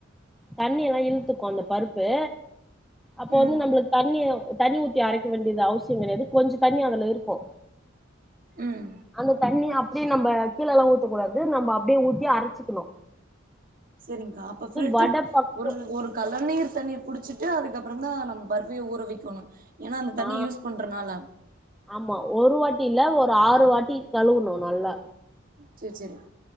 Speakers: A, in the centre; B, on the right (about 45°).
A: தண்ணி எல்லா இழுத்துக்கு அந்த பருப்பு அப்ப
B: ம்
A: வந்து நம்பளுக்கு தண்ணி தண்ணி ஊத்தி அரைக்க வேண்டியது அவசிய கெடையாது கொஞ்ச தண்ணி அதுல இருக்கு
B: ம்
A: அந்த தண்ணி அப்டியே நம்ப கீழ எல்லா ஊத்த கூடாது நம்ம அப்டியே ஊத்தி அரச்சிக்கணு
B: செரி்ங்கா அப்ப பில்ட்ரு
A: வட பக்
B: ஒரு ஒரு களநீர் தண்ணி புடிச்சிட்டு அதுக்கப்பறோ தா நம்ம பருப்பையு ஊற வக்கணு ஏன்னா அந்த தண்ணிய
A: ஆ
B: யூஸ் பண்றனால
A: ஆமா ஒரு வாட்டி இல்ல ஒரு ஆறு வாட்டி கழுவணு நல்லா
B: செர் செரி